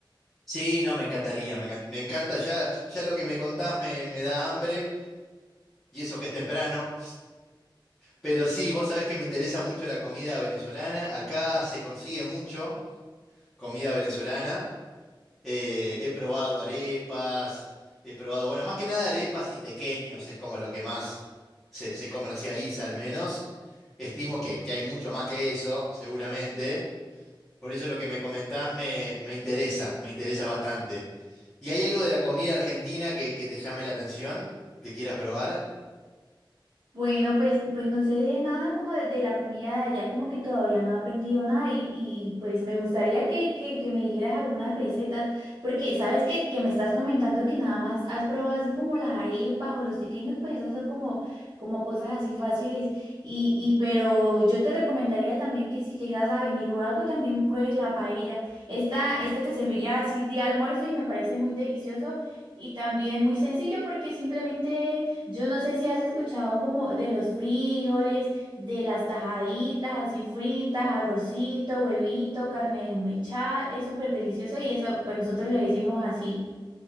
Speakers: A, in the centre; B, on the right (about 70°).
A: Sí, no, me encantaría, me encan- me encanta, ya, ya lo que me contás me, me da hambre, y eso que es temprano, pero sí, vos sabés que me interesa mucho la comida venezolana, acá se consigue mucho comida venezolana, Eh, he probado arepas, he probado, bueno, más que nada arepas y tequeños es como lo que más se, se comercializa al menos. Estimo que, que hay mucho más que eso, seguramente. Por eso lo que me comentás me, me interesa, me interesa bastante. ¿Y hay algo de la comida argentina que, que te llame la atención, que quieras probar?
B: Bueno, pues, pues no sé de nada como de, de la comida de allá, como que todavía no he aprendido nada y, y pues me gustaría que, que, que me dijeras algunas recetas, porque sabes que, que me estás comentando que nada más has probado así como las arepas o los pequeños, pues esas son como, como cosas así fáciles y, y pero yo te recomendaría también que si llegas a venir o algo también pruebes la paella. Esta, esta te serviría así de almuerzo y me parece muy delicioso y también muy sencillo porque simplemente... Yo no sé si has escuchado como de los frijoles, de las tajaditas así fritas, arrocito, huevito, carne desmechada, es súper delicioso y eso, pues nosotros le decimos así.